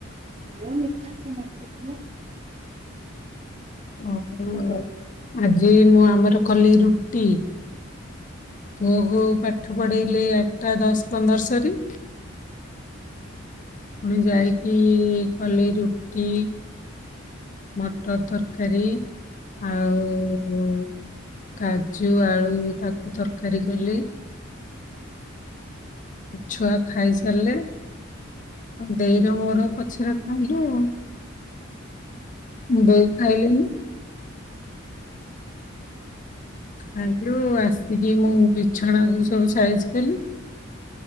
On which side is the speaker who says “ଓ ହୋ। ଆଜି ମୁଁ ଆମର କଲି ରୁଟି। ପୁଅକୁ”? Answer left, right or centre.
Left